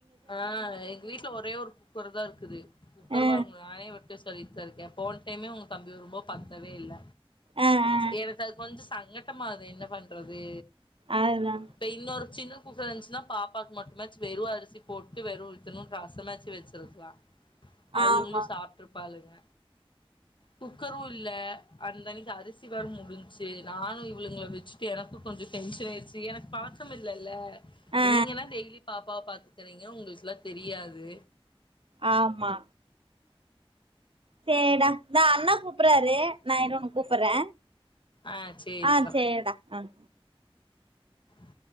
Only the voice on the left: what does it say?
ஆஹ எங்க வீட்ல ஒரே ஒரு றதா இருக்குது உத்தரவாங்கலா
அனைவ சொல்லிட்டு தான் இருக்கேன் போன டைமே உங்க தம்பி ரொம்ப பத்தவே இல்ல
எனக்கதுகொஞ்ச சங்கட்டமாது என்ன பண்றது
இப்ப இன்னொரு சின்ன குக்கர் இருந்துச்சுன்னா பா அப்பக் மட்டும் வெறும் அரிசி போட்டு வரும் இத்தனுண்டு ரசமாச்சி வச்சிருக்கலாம் அவளுங்களும்
சாப்பிட்டுருப்பாளுங்க குக்கரு இல்ல அந்தனக்கு அரிசி வேர முடிஞச்சு நானு இவ்ளுங்கள வச்சுட்டு எனக்கு கொஞ்சோ டென்ஷன் ஆயிடுச்சு எனக்கு பழக்கம் இல்லல இப்ப
நீங்கன்னா டெய்லி பாப்பாவ பாத்து ரிங்க உங்களுக்குல்லா தெரியாது
ஆ செரி
க்கா
<inaudible>